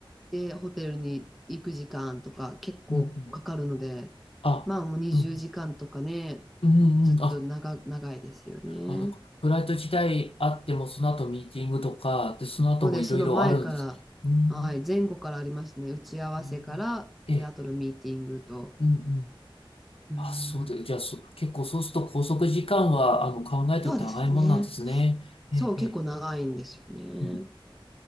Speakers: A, in the centre; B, on the left.
A: で、ホテルに行く時間とか結構かかるので、
B: うんうん。あ、
A: まあもう20時間とかね、
B: うん。うんうん。
A: ずっと長、
B: あ、
A: 長いですよね。
B: あの、ブライト時代あっても、その後ミーティングとか、で、その後もいろいろあるんです。
A: そうです。その前から、
B: うん。
A: はい、前後からありますね。打ち合わせから、
B: ええ、
A: で、
B: ええ
A: あとのミーティングと。
B: うんうん。
A: うん。
B: あ、そうで、じゃあ、そう、結構そうすると拘束時間は、あの、考えとって長いもんなんですね。
A: そうですね。
B: ええ、
A: そう、
B: ええ。
A: 結構長いんですよね。
B: うん